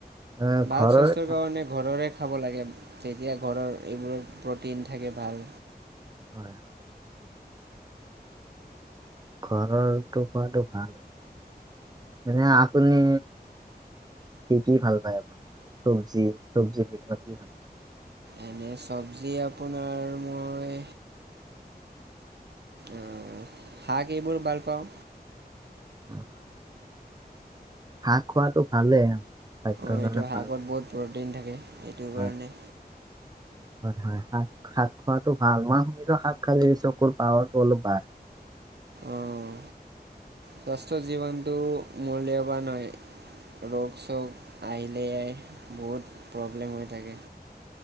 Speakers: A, on the right (about 25°); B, on the right (about 80°).
A: এ,
B: ভাল
A: ঘৰৰ
B: স্বাস্থ্যৰ
A: খাওঁ,
B: কাৰণে ঘৰৰে খাব লাগে, তেতিয়া ঘৰৰ এইবোৰত প্ৰটিন থাকে ভাল।
A: হয়, হয়, ঘৰৰটো খোৱাটো ভাল। এনে আপুনি কি কি ভাল পায় আপুনি মানে চব্জি চব্জিৰ ভিতৰত কি ভাল পায়?
B: এনে চবজি আপোনাৰ মই আহ, শাক এইবোৰ ভাল পাওঁ।
A: অ', শাক খোৱাটো ভালেই। স্বাস্থ্যৰ
B: অঁ
A: কাৰণে
B: এইটো শাকত
A: ভাল।
B: বহুত প্ৰটিন থাকে এইটো কাৰণে।
A: হয়, হয় হয়, শাক শাক খোৱাটো ভাল, মই শুনিছোঁ শাক খালে চকুৰ পাৱাৰটো অলপ বাঢ়ে।
B: আহ। স্বাস্থ্য জীৱনটো মূল্যবান হয়। ৰোগ-চোগ আহিলে বহুত প্ৰব্লেম হৈ থাকে।